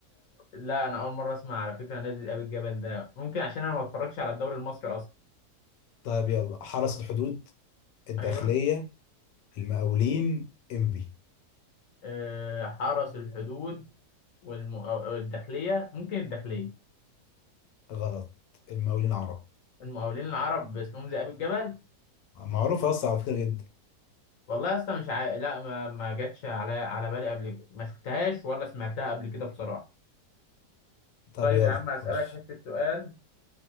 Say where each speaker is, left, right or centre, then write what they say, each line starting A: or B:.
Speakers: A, on the left; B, on the left.
A: لا انا اول مره اسمع على فكره نادي ذئاب الجبل ده ممكن عشان انا ما بتفرجش على الدوري المصري اصلا
B: طيب يلا حرس الحدود الداخلية
A: ايوه
B: المقاولين انبي
A: آه حرس الحدود والمقاو- والداخليه ممكن الداخليه
B: غلط المقاولين عرب
A: المقاولين العرب اسمهم ذئاب الجبل
B: معروف اصلا على فكرة جدا
A: والله يا اسطى مش عا... لا ما, ما جاتش على على بالي قبل كده ما شفتهاش ولا سمعتها قبل كده بصراحة
B: طب
A: طيب
B: يلا
A: يا عم أسألك
B: خش
A: حتة سؤال